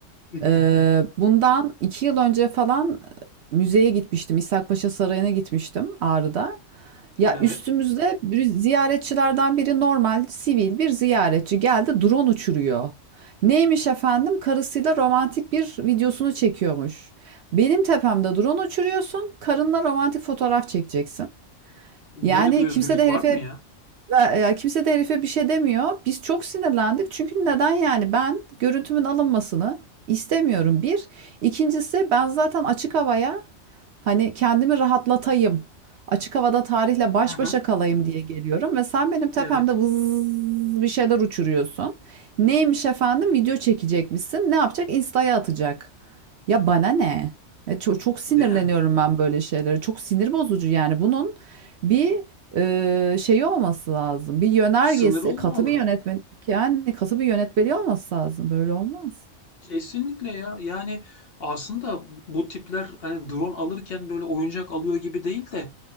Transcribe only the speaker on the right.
Ee, bundan iki yıl önce falan e, müzeye gitmiştim. İshak Paşa Sarayı'na gitmiştim Ağrı'da. Ya
üstümüzde bir ziyaretçilerden biri normal sivil bir ziyaretçi geldi drone uçuruyor. Neymiş efendim? Karısıyla romantik bir videosunu çekiyormuş. Benim tepemde drone uçuruyorsun, karınla romantik fotoğraf çekeceksin.
Yani
kimse de
herife
ve, ya kimse de herife bir şey demiyor. Biz çok sinirlendik. Çünkü neden yani ben görüntümün alınmasını istemiyorum. Bir. İkincisi ben zaten açık havaya Hani kendimi rahatlatayım, açık havada tarihle baş
başa
kalayım diye geliyorum ve sen benim tepemde
vız bir şeyler uçuruyorsun. Neymiş efendim? Video çekecekmişsin. Ne yapacak? Insta'ya atacak. Ya bana ne? Ya çok, çok sinirleniyorum
ben böyle şeylere. Çok sinir bozucu yani. Bunun bir e, şeyi olması lazım. Bir yönergesi,
katı bir yönetmen yani katı bir yönetmeliği olması lazım. Böyle olmaz.